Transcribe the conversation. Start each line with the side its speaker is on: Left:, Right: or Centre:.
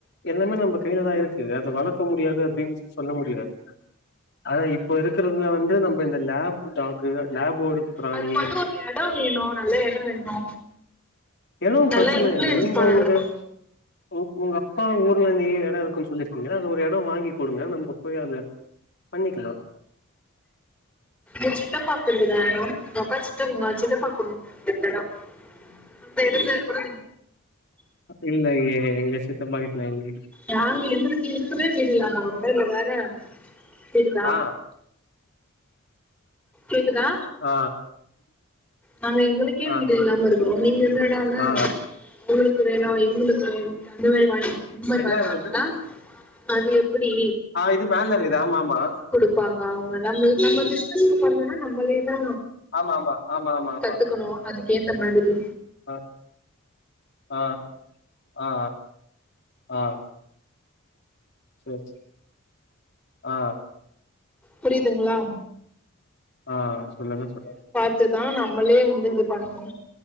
Left: எல்லாமே நம்ப கைலதா இருக்கு அத வளக்க முடியாது அப்டின்னு சொல்ல முடியாது ஆதா இப்ப இருக்குறதுல வந்து நம்ப இந்த லேப் டாக்கு லேப் ஒரு பிராணி
Centre: அது மட்டு ஒரு எடோ வேணு நல்ல எடோ வேணு
Left: எதடோ
Centre: நல்லா
Left: பிரச்சன
Centre: இன்ஃப்ளூயன்ஸ்
Left: இல்ல நீங்க
Centre: பண்ணணு
Left: உங்க உ உங்க அப்பா ஊர்ல நெறைய எடம் இருக்குன்னு சொல்லிருக்கீங்கல்ல அத ஒரு எடோ வாங்கி குடுங்க நம்ப போய் அத பண்ணிக்கலா
Centre: எ சித்தப்பாக்கு தெரிஞ்ச எடோ எங்க அப்பா சித்தங்க சித்தபாக் <inaudible> எடோ அந்த எடத்த கூட
Left: இல்லையே எங்க சித்தப்பா வீட்ல <unintelligible>
Centre: நாங்க எங்களுக்கு இருக்கதே வீடு இல்லாம வருவாங்க இதுல வேற கேக்குதா
Left: ஆ
Centre: கேக்குதா
Left: ஆ
Centre: நாங்க எங்களுக்கே
Left: ஆ
Centre: வீடு இல்லாம இருக்கிறோ நீங்க என்னடானா
Left: ஆ ஆ
Centre: உங்களுக்கு வேணு எங்களுக்கு வேணு கந்தவேல் வாங்கி <unintelligible>
Left: எங்க
Centre: வேணா
Left: இருக்குது
Centre: ணா அது எப்புடி
Left: ஆ இது மேல இருக்குது ஆமா ஆமா
Centre: ப்பாங்க அவுங்க நம்ள் நம்ப பிசினஸ் பண்லேனா நம்மளேதா
Left: ஆமா ஆமா ஆமா ஆமா
Centre: கத்துக்கணு அதுக்கு ஏத்த மாதிரி
Left: ஆ ஆ ஆ ஆ ஆ சேர் சே ஆ
Centre: புரியுதுங்களா
Left: ஆ சொல்லுங்க சொல்லுங்க
Centre: இதுதா நம்மளே வந்து இது பண்ணுவோ